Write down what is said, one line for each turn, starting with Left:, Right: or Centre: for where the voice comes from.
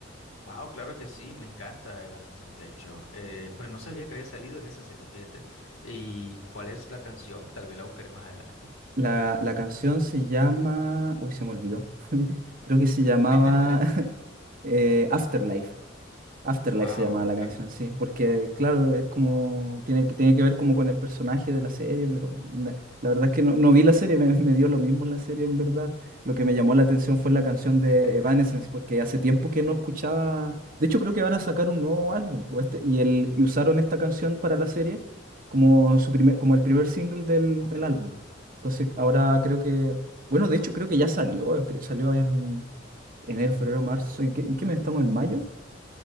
Left: Wow, claro que sí, me encanta Evanescence, de hecho. Eh, pero no sabía que había salido en esa serie, fíjate. ¿Y cuál es la canción? Tal vez la buscaré más adelante.
Right: La, la canción se llama... Uy, se me olvidó. <laughs> Creo que se llamaba
Left: <laughs>
Right: <laughs> eh, Afterlife. Afterlife
Left: Wow,
Right: se llamaba
Left: ok.
Right: la canción, sí, porque claro, es como,
Left: o-
Right: tiene, que- tiene que ver como con el personaje de la serie, pero na- la verdad es que no, no vi la serie, <laughs> me, me dio lo mismo la serie en verdad. Lo que me llamó la atención fue la canción de
Left: <laughs>
Right: Evanescence, porque hace tiempo que no escuchaba, de hecho creo que van a sacar un nuevo álbum, pues, este- y, el, y usaron esta canción para la serie como, su primer, como el primer single del,
Left: Ok.
Right: del álbum. Entonces ahora creo que, bueno, de
Left: o-
Right: hecho creo que ya salió, eh, cre- salió en enero, febrero, marzo, ¿en qué, en qué mes estamos? ¿En mayo?